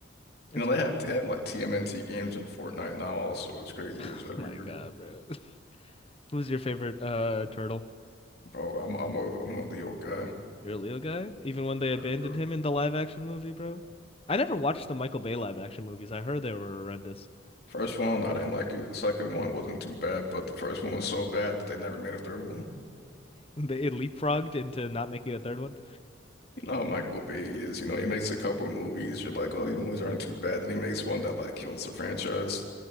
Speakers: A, on the left; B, on the left.
A: It's
B: You know
A: fun.
B: they have they have like TMNT games in Fortnite now. Also, it's crazy.
A: <laughs>
B: It's everywhere,
A: My God, bro. <laughs> Who's your favorite uh turtle?
B: bro. I'm I'm a I'm a Leo guy.
A: You're a Leo guy? Even when they abandoned
B: Got it, bro.
A: him in the live action movie, bro? I never watched the Michael Bay live action movies. I heard they were horrendous. <laughs>
B: First one, I didn't like it. Second one wasn't too bad, but the first one was so bad that they never made a third one.
A: They it leapfrogged into not making a third one.
B: No, Michael Bay is, you know, he makes a couple of movies. You're like, oh, these movies aren't too bad. Then he makes one that like kills the franchise.